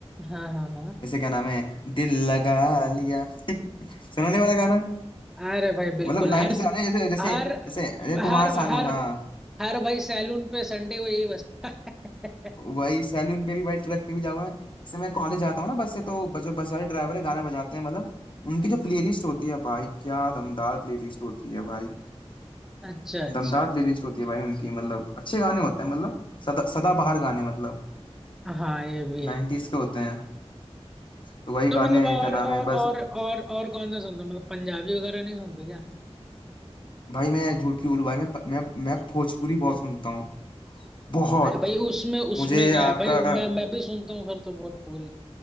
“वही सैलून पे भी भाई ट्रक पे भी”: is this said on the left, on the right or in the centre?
Left